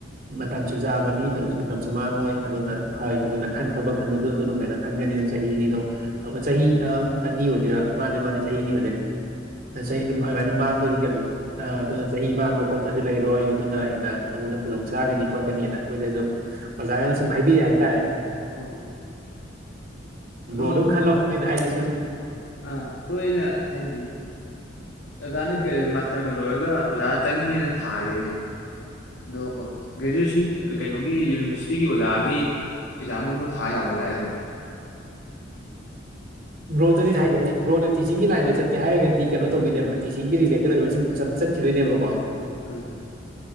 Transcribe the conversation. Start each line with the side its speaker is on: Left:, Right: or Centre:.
Right: ꯃ ꯁꯨ ꯆꯥꯕꯅꯤ ꯀꯩꯅꯣꯁꯨ ꯃꯇꯝꯁꯨ ꯃꯥꯡꯉꯣꯏ ꯑꯗꯨꯅ ꯐꯩ ꯑꯗꯨꯅ ꯈꯟ ꯊꯕꯛ ꯈꯟꯕꯗꯨ ꯑꯗꯨꯅꯈꯣꯏꯅ ꯈꯟꯒꯅꯤ ꯅꯪ ꯆꯍꯤꯅꯤ ꯆꯍꯤ ꯑꯅꯤ ꯑꯣꯏꯗꯣꯏꯔꯥ ꯃꯥꯅꯦ ꯃꯥꯅꯦ ꯆꯍꯤ ꯑꯅꯤ ꯑꯣꯏꯗꯣꯏꯅꯤ ꯆꯍꯤ ꯑꯗꯨꯃꯥꯏꯅ ꯃꯥꯡꯕꯒꯤ ꯀꯩꯅꯣꯅꯤ ꯑ ꯑꯗꯨꯅ ꯆꯍꯤ ꯃꯥꯡꯕ ꯈꯣꯠꯄꯁꯨ ꯂꯩꯔꯣꯏ ꯑꯗꯨꯅ ꯍꯦꯟꯅ ꯅꯉꯣꯟꯗ ꯈꯨꯗꯣꯡ ꯆꯥꯒꯅꯤ ꯈꯣꯠꯀꯅꯤꯅ ꯑꯩꯈꯣꯏꯗꯁꯨ ꯑꯣꯖꯥꯒꯅ ꯁꯨꯝ ꯍꯥꯏꯕꯤꯔꯑꯦ ꯍꯥꯏꯇꯥꯔꯦ
Left: ꯍ ꯍꯣꯏ ꯑꯗꯣ
Right: ꯣꯔ ꯈꯥ ꯂꯣ ꯄ ꯊꯥꯏꯗꯁ
Left: ꯑꯥ ꯑꯗꯨ ꯑꯩꯅ ꯍꯥꯏꯕꯗꯤ ꯑꯣꯖꯥꯅ ꯃꯥꯁꯇꯔꯒ ꯂꯣꯏꯔꯒ ꯑꯣꯖꯥ ꯆꯪꯅꯤꯡꯉꯦꯅ ꯊꯥꯔꯦꯅꯦ ꯑꯗꯣ ꯭ꯔꯦꯖꯨꯌꯦꯦꯁꯟ ꯀꯩꯅꯣꯒꯤ ꯌꯨꯅꯤꯚꯔꯁꯤꯇꯤꯒꯤ ꯑꯣꯖꯥꯒꯤ ꯑꯦꯛꯖꯥꯝꯒꯨꯝꯕ ꯊꯥ ꯌꯥꯕ꯭ꯔꯣ ꯗꯥꯏꯔꯦ ꯑꯗꯣ
Right: ꯕ꯭ꯔꯣꯗꯅꯦ ꯍꯥꯏꯁꯦ ꯍꯥꯏꯗꯤ ꯕ꯭ꯔꯣꯅ ꯇꯤꯆꯤꯡꯒꯤ ꯂꯥꯏꯟꯗ ꯆꯠꯀꯦꯔꯒꯗꯤ ꯀꯩꯅꯣ ꯇꯧꯒꯦꯅꯦꯕ ꯇꯤꯆꯁꯤꯡꯒꯤ ꯔꯤꯂꯦꯇꯦꯠ ꯑꯣꯏꯕ ꯁꯨꯝ ꯆꯠ ꯆꯠꯈꯤꯗꯣꯏꯅꯦꯕꯀꯣ
Left: ꯎꯝ